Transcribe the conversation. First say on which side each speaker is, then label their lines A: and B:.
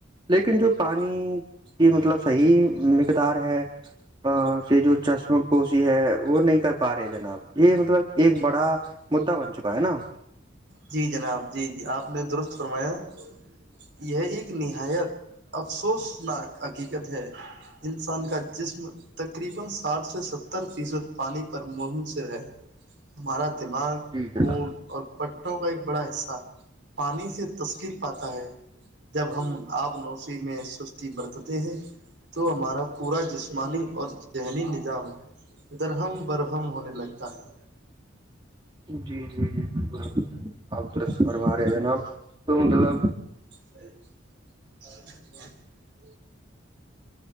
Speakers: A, on the right (about 25°); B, on the right (about 60°).
A: لیکن جو پانی کی مطلب صحیح مقدار ہے سے جو چشم پوسیی ہے وہ نہیں کر پا رہے جناب یہ مطلب ایک بڑا مددا بن چکا ہے نا
B: جی جناب جی جی آپ نے درست فرمایا <unintelligible> یہ ایک نہایت افسوسناک حقیقت ہے جن سے <unintelligible> پانی پر مہن سر ہے ہمارا دماغ
A: جی جناب
B: کڑ اور پٹوں کا ایک بڑا حصہ پانی سے تشکل پاتا ہے جب ہم آب نوشی میں سستی برتتے ہیں تو ہمارا پورا جسمانی اور ذہنی نظام درہم برہم ہونے لگتا ہے
A: جی جی جی <unintelligible> پس پرروااریا جناب تو مطلب
B: <unintelligible>